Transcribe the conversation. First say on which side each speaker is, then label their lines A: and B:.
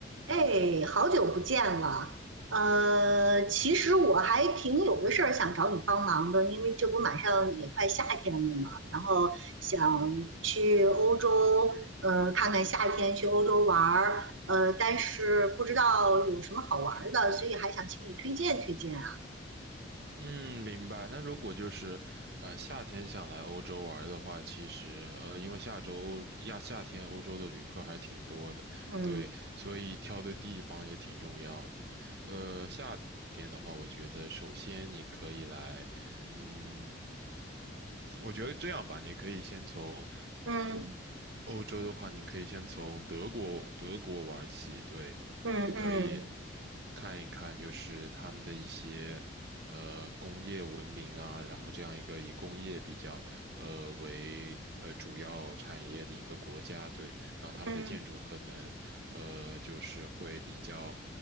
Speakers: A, on the right; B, on the right.
A: 哎，好久不见了。呃，其实我还挺有个事儿想找你帮忙的，因为这不马上也快夏天了嘛，然后想去欧洲，嗯、呃看看夏天去欧洲玩儿，呃，但是不知道有什么好玩儿的，所以还想请你推荐推荐啊。
B: 嗯，明白。那如果就是，呃，夏天想来欧洲玩儿的话，其实，呃，因为下周亚夏天欧洲的旅客还挺多的，
A: 嗯
B: 对，所以挑对地方也挺重要的。呃，夏天的话，我觉得首先你可以来，嗯，我觉得这样吧，你可以先从
A: 嗯
B: 欧洲的话，你可以先从德国德国玩起，对，
A: 嗯嗯
B: 你可以看一看，就是他们的一些呃工业文明啊，然后这样一个以工业比较呃为呃主要产业的一个国家，对，然后他们的建筑可能呃就是会比较。
A: 嗯